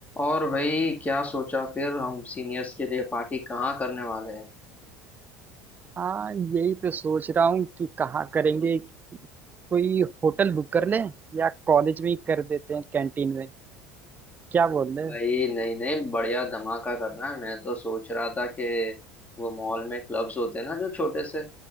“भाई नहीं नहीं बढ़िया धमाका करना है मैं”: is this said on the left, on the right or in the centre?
Left